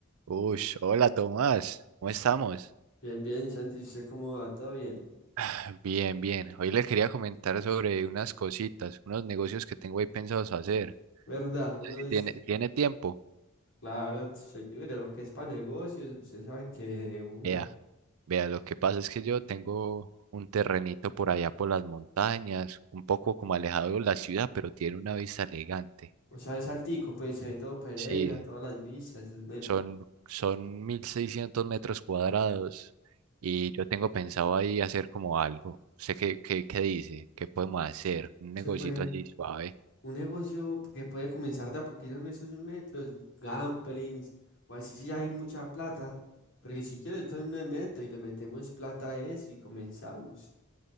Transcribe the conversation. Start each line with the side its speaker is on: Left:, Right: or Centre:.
Right: Uy, hola Tomás, ¿cómo estamos?
Left: Bien, bien, Santi, ¿usted cómo va? ¿Todo bien?
Right: <sighs> Bien, bien. Hoy le quería comentar sobre unas cositas, unos negocios que tengo ahí pensados hacer.
Left: ¿Verdad? Uno
Right: No sé si
Left: dice,
Right: ¿Tiene, tiene tiempo?
Left: claro, soy libre, lo que es para negocios, usted sabe que de una.
Right: Vea, vea, lo que pasa es que yo tengo un terrenito por allá por las montañas, un poco como alejado de la ciudad, pero tiene una vista elegante.
Left: O sea, es altico, pues se ve todo Pereira,
Right: Sí,
Left: todas las vistas, es melo.
Right: son, son 1600 metros cuadrados y yo tengo pensado ahí hacer como algo. ¿Sé qué, qué, qué dice? ¿Qué podemos hacer? Un
Left: Se
Right: negocito
Left: puede,
Right: así suave.
Left: un negocio que puede comenzar de a poquito en esos metros, gamblings, o así si hay mucha plata. Porque si quiero, yo también me meto y le metemos plata a eso y comenzamos.